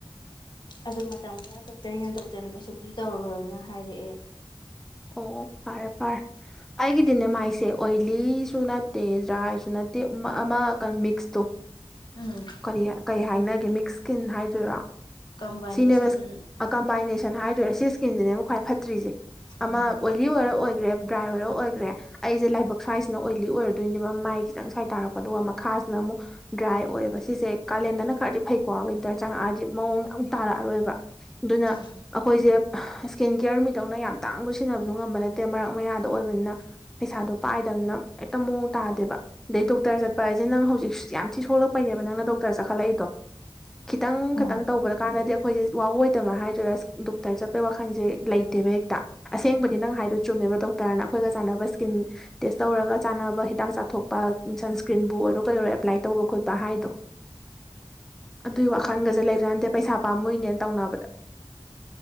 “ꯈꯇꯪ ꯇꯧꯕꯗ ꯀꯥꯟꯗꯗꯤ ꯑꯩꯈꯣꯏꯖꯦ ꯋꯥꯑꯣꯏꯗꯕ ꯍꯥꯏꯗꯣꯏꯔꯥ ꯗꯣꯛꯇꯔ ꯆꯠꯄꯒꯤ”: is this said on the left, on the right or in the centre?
Centre